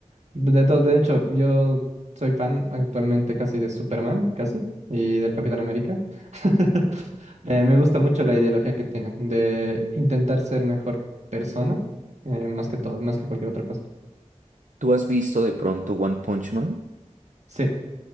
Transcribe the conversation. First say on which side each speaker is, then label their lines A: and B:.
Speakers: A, on the right; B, on the right.
A: De, to- de hecho, yo soy fan actualmente casi de Superman, casi, y del Capitán América. <laughs> Eh, me gusta mucho la ideología que tienen de intentar ser mejor persona, eh, más que todo, más que cualquier otra cosa.
B: ¿Tú has visto de pronto One Punch Man?
A: Sí,